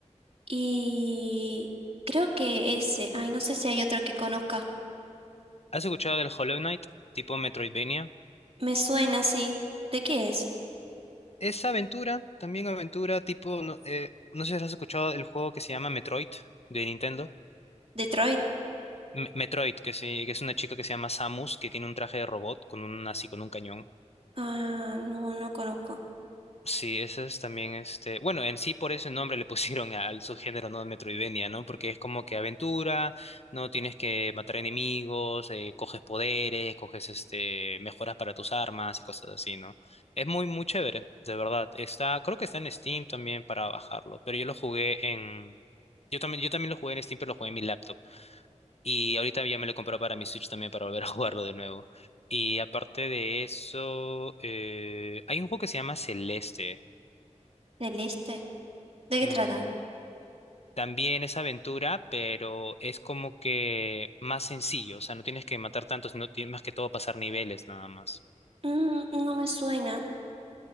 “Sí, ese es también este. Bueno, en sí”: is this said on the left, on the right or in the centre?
Left